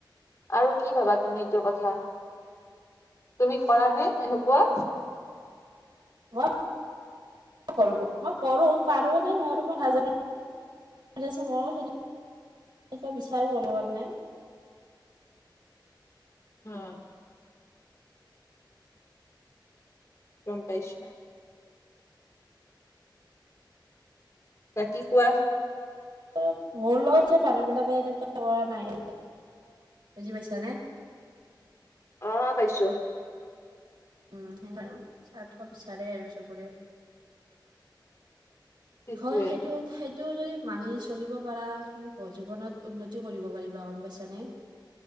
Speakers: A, on the left; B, on the right.
A: আৰু কি ভাবা তুমি এইটো কথা? তুমি কৰা নে এনেকুৱা?
B: মই কৰো প মই কৰো, পাৰো নে নোৱাৰো মই নাজানো। মইও সেনে কে বিচাৰো কৰিব কাৰনে।
A: অ', গম পাইছোঁ। বাকি কোৱা।
B: অ', মোৰ লগত যে মানুহ বিলাকে এনেকুৱা কৰা নাই, বুজি পাইছানে?
A: অ', পাইছোঁ।
B: উম, সেয়ে আৰু স্বাৰ্থ বিচাৰে আৰু চবৰে।
A: সেইটোৱে
B: হয় সেইটোত- সেইটো যদি মানি চলিব পাৰা তুমি জীৱনত উন্নতি কৰিব পাৰিবা গম পাইছানে।